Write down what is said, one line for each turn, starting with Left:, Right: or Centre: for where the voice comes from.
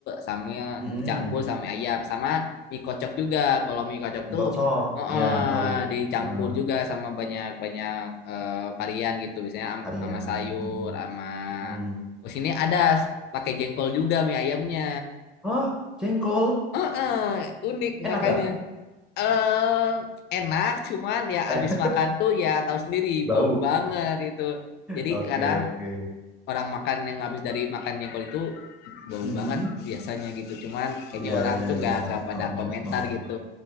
Left: sama
Centre: mm-mm.
Left: dicampur sama mie ayam sama mie kocok juga. Kalau mie kocok
Centre: Mie
Left: tuh
Centre: kocok,
Left: eh,
Centre: iya tahu.
Left: dicampur
Centre: Heeh,
Left: juga sama banyak-banyak eh, varian gitu. Biasanya am-
Centre: varian.
Left: sama sayur,
Centre: Mm-mm.
Left: sama
Centre: Mm-mm.
Left: terus ini ada pakai jengkol juga mie ayamnya.
Centre: Oh, jengkol.
Left: Heeh, unik
Centre: Enak
Left: makanya
Centre: gak?
Left: eh enak cuman ya
Centre: Eh,
Left: abis makan tuh ya tahu sendiri
Centre: <laughs> bau.
Left: bau banget itu jadi
Centre: Oke,
Left: kadang
Centre: oke.
Left: orang makan yang habis dari makan jengkol itu bau
Centre: Mm-mm.
Left: banget biasanya gitu cuman kayaknya
Centre: Iya,
Left: orang
Centre: iya,
Left: tuh nggak
Centre: iya.
Left: nggak pada
Centre: Oh,
Left: komentar
Centre: oh.
Left: gitu